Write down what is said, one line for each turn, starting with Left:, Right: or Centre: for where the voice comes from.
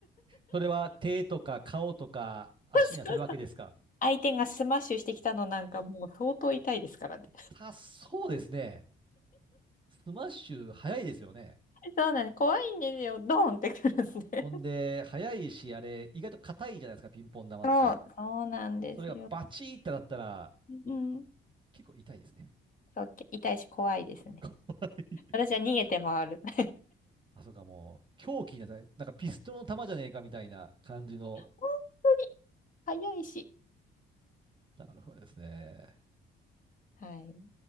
Right: それは手とか顔とか足に当たるわけですか。
Left: <laughs> 相手がスマッシュしてきたのなんかもう相当痛いですからね。
Right: あ、い、痛そうですね。スマッシュ早いですよね。
Left: そうなんです。怖いんですよ。ドーンってくるんで。
Right: ほんで、早いし、あれ、意外と硬いじゃないですか、ピンポン玉って。
Left: そう、そうなんですよ。
Right: それがバチーってなったら、
Left: うん。
Right: 結構痛いですね。
Left: そう、痛いし怖いですね。
Right: <laughs> 怖い。
Left: 私は逃げて回る。<laughs>
Right: あ、そうか、もう、狂気になったね。なんかピストルの弾じゃねえかみたいな感じの、
Left: 本当に早いし。
Right: なるほどですね。
Left: はい。